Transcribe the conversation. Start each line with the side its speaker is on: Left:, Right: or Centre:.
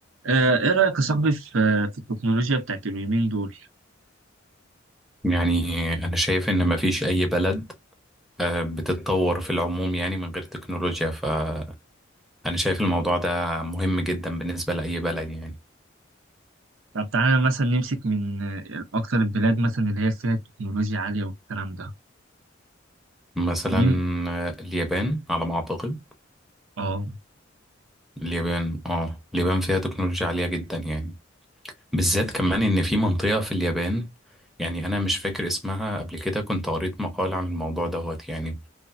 Right: آه، ايه رأيك يا صاحبي في آه، في التكنولوجيا بتاعت اليومين دول؟
Centre: يعني أنا شايف إن مفيش أي بلد آه، بتتطور في العموم يعني من غير تكنولوجيا فأنا شايف الموضوع ده مهم جدا بالنسبة لأي بلد يعني
Right: طب تعالى مثلا نمسك من آه، اكتر البلاد مثلا اللي هي فيها تكنولوجيا عالية والكلام ده
Centre: مثلا
Right: مين
Centre: آه، اليابان على ما أعتقد
Right: اه
Centre: اليابان آه اليابان فيها تكنولوجيا عالية جدا يعني بالذات كمان إن في منطقة في اليابان يعني أنا مش فاكر اسمها قبل كده كنت قريت مقال عن الموضوع دوت يعني